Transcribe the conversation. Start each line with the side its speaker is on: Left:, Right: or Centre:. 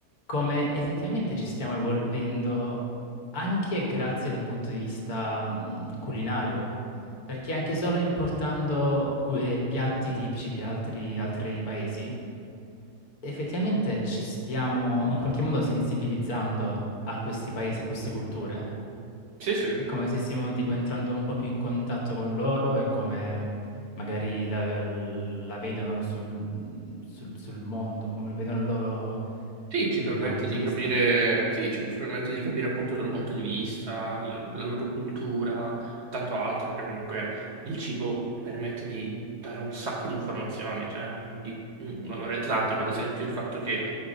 Left: come effettivamente ci stiamo evolvendo anche grazie dal punto di vista mh, culinario, perché anche solo importando cu- eh, piatti tipici di altri, altri paesi, effettivamente ci stiamo in qualche modo sensibilizzando a questi paesi, a queste culture.
Right: Sì, sì.
Left: È come se stiamo tipo entrando un po' più in contatto con loro e come magari la, la vedono sul, sul- sul mondo, come lo vedono loro,
Right: Sì,
Left: il
Right: ci permette
Left: loro punto
Right: di
Left: di
Right: capire,
Left: vista.
Right: sì, ci, ci permette di capire appunto il loro punto di vista, l- la loro cultura, tanto altro che comunque il cibo permette di dare un sacco di informazioni, cioè mm, di, mm, ma veramente tante, come ad esempio il fatto che